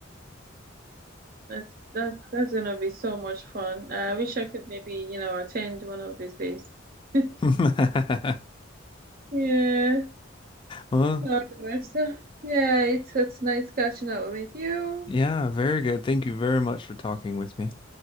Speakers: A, on the right (about 50°); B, on the left (about 25°).
A: That's that's that's gonna be so much fun. I wish I could maybe, you know, attend one of these days. <laughs>
B: <laughs>
A: Yeah.
B: Well,
A: Okay, so, yeah, it's it's nice catching up with you.
B: Yeah, very good. Thank you very much for talking with me.